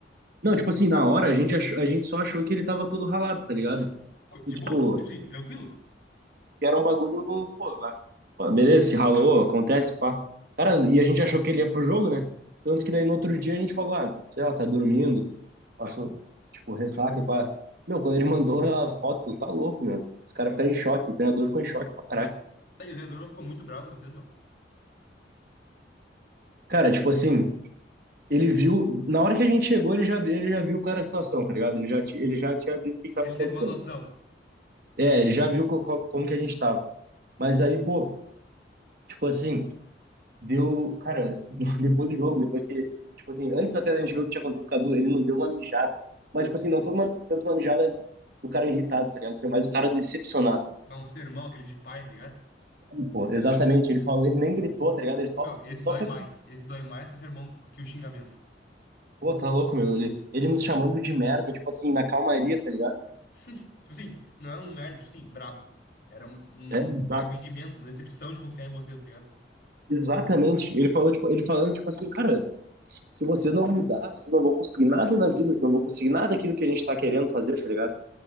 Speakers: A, on the right (about 55°); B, on the left (about 60°).
A: Não, tipo assim, na hora a gente, achou- a gente só achou que ele tava todo ralado, tá ligado?
B: Co- De
A: E, tipo,
B: boa, tipo assim, tranquilo.
A: que era um bagulho, pô, vai- pô, beleza, se ralou, acontece, pá. Cara, e a gente achou que ele ia pro jogo, né? Tanto que daí no outro dia a gente falou, ah, sei lá, tá dormindo, passou, tipo, ressaca e pá. Meu, quando ele mandou a foto, tá louco, meu. Os caras ficaram em choque, o treinador ficou em choque pra caralho.
B: Tá, e o treinador não ficou muito bravo com vocês, meu.
A: Cara, tipo assim, ele viu, na hora que a gente chegou, ele já, ele já viu qual era a situação, tá ligado? Ele já, ti- ele já tinha visto o que tava
B: Ele
A: acontecendo.
B: teve uma noção.
A: É, ele já viu co- co- como que a gente tava. Mas aí, pô, tipo assim, deu. Cara, <laughs> depois do jogo, depois que. Tipo assim, antes até da gente ver o que tinha acontecido com o Cadu, ele nos deu uma mijada. Mas, tipo assim, não foi uma, tanto uma mijada do cara irritado, tá ligado? Foi mais o cara decepcionado.
B: Bah, um sermão, aquele de paz, tá ligado?
A: Pô, exatamente, ele falou, ele nem gritou, tá ligado? Ele só,
B: Ô, meu, esse
A: só
B: dói
A: foi.
B: mais. Esse dói mais que o sermão, que o xingamento.
A: Pô, tá louco, meu. Ele, ele nos chamando de merda, tipo assim, na calmaria, tá ligado?
B: Tipo assim, não era um merda, tipo assim, brabo. Era um um
A: É, exa-
B: arrependimento, uma decepção de confiar em vocês, tá ligado?
A: exatamente. Ele falou, tipo, ele falando, tipo assim, cara, se vocês não mudar, vocês não vão conseguir nada na vida, vocês não vão conseguir nada daquilo que a gente tá querendo fazer, tá ligado?